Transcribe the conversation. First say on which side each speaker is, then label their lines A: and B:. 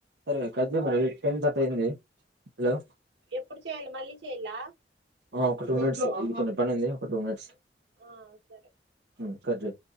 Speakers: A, on the right (about 65°); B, on the right (about 80°).
A: సరే కట్ చేయి మరి టెన్ థర్ట్ అయింది హలో
B: ఎప్పుడు చెయాలి మళ్ళీ చెయాల
A: ఆ ఒక టూ మినిట్స్ ఎందుకంటే పని ఉంది ఒక టూ మినిట్స్
B: ఆ సరే
A: మ్మ్ కట్ చేయి